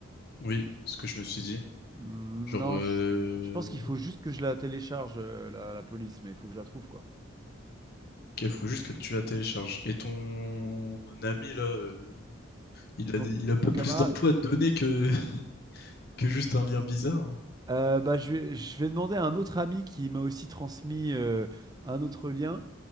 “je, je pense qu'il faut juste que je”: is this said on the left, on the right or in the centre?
Right